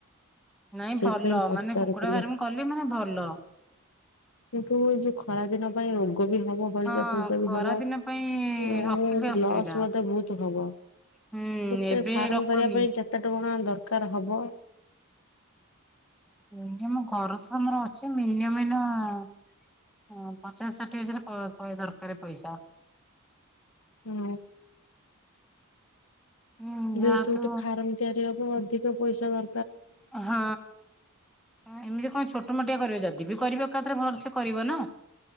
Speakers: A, in the centre; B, on the left.
A: ନାଇଁ
B: ସେଥିପାଇଁ
A: ଭଲ
B: ପଚାରୁଥିଲି
A: ମାନେ କୁକୁଡା ଫାର୍ମ କଲେ ମାନେ ଭଲ।
B: କିନ୍ତୁ ଏଇ ଯୋଉ ଖରା ଦିନ ପାଇଁ ରୋଗ ବି ହବ ହଇଚା
A: ହଁ
B: ଫଇଚା
A: ଖରା
B: ବି ହବ
A: ଦିନ ପାଇଁ
B: ଆ
A: ରଖିଲେ ଅସୁବିଧା
B: ଲସ୍ ମେ ବୋହୁତ ହବ।
A: ହୁଁ
B: ଗୋଟେ
A: ଏବେ
B: ଫାର୍ମ
A: ରଖନି
B: କରିବା ପାଇଁ କେତେ ଟଙ୍କ ଦରକାର ହବ। <inaudible>
A: ମିନିଅମ ଘର ତ ତମର ଅଛି ମିନି <inaudible> ପଚାଶ ଷାଠିଏ ହଜାର ପ ଦରକାର ପଇସା।
B: ହୁଁ।
A: ହୁଁ
B: ଯେହେତୁ
A: ଯାହାତୁ
B: ଗୋଟେ ଫାର୍ମ ତିଆରି ହବ ଅଧିକ ପ‌ଇସା ଦ
A: ହଁ ଏମିତି କଣ ଛୋଟ ମୋଟିଆ କରିବ ଯଦି ଯଦି କରିବ ଏକାଥରେ ଭଲସେ କରିବ ନା